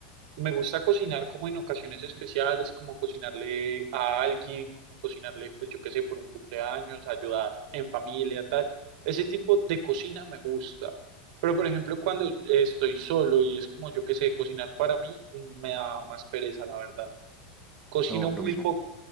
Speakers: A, on the right; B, in the centre.
A: me gusta cocinar como en ocasiones especiales, como cocinarle a alguien, como cocinarle, pues yo qué sé, por un cumpleaños, ayudar en familia, tal. Ese tipo de cocina me gusta. Pero por ejemplo, cuando estoy solo y es como yo qué sé, cocinar para mí, me da más pereza, la verdad. Cocino
B: No, lo
A: muy
B: mismo.
A: poco.